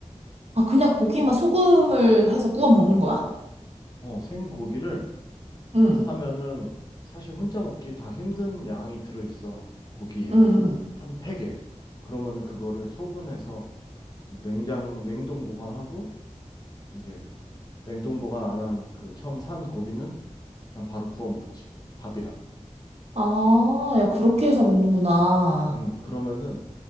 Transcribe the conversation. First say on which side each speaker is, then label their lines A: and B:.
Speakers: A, on the right; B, on the left.
A: 아, 그냥 고기만 소금을 해서 구워 먹는 거야?
B: 어, 생고기를
A: 응,
B: 사면은 사실 혼자 먹기 다 힘든 양이 들어있어. 고기에.
A: 응, 응.
B: 한 팩에. 그러면은 그거를 소분해서 냉장, 냉동 보관하고 이제 냉동 보관 안한 그 처음 산 고기는 그냥 바로 구워 먹지. 밥이랑.
A: 아, 야, 그렇게 해서 먹는구나.
B: 음, 그러면은